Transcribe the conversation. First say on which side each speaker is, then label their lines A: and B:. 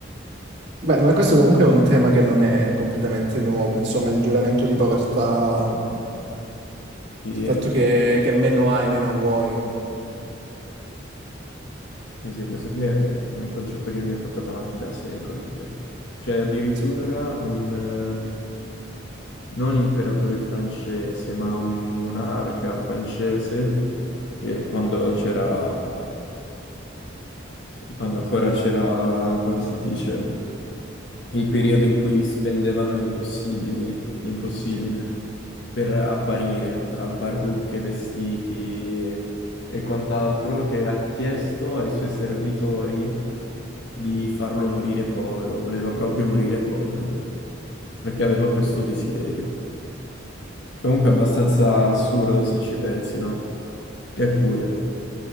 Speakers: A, on the right (about 60°); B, on the left (about 65°).
A: Beh, ma questo comunque è un tema che non è completamente nuovo, insomma, il giuramento di povertà,
B: Sì,
A: il fatto che, che meno hai, meno vuoi.
B: sì, sì, questo qui è un concetto che viene portato avanti da secoli, credo. C'è addirittura
A: Sì,
B: un, eh, non imperatore francese, ma un monarca francese che quando c'era quando ancora c'era, come si dice, il periodo in cui spendevano l'impossibile, l'impossibile
A: sì.
B: per apparire tra parrucche, vestiti e e quant'altro, che ha chiesto ai suoi servitori di farlo morire povero, voleva proprio morire povero, perché aveva questo desiderio. Comunque è abbastanza assurdo se ci pensi, no? Eppure,